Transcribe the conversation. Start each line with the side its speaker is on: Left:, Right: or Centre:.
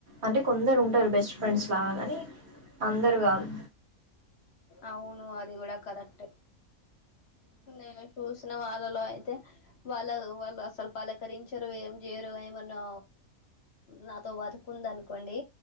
Right: అంటే కొందరు ఉంటారు బెస్ట్ ఫ్రెండ్స్ లాగానీ అందరు కాదు
Left: అవును అది కూడా కరెక్ట్ నేను చూసిన వార్ ళ్ళలో అయితే వాళ్ళ వాళ్ అసలు పలకరించరు ఏం చేయరు ఏమన్నా నాతో వర్కుంది అనుకోండి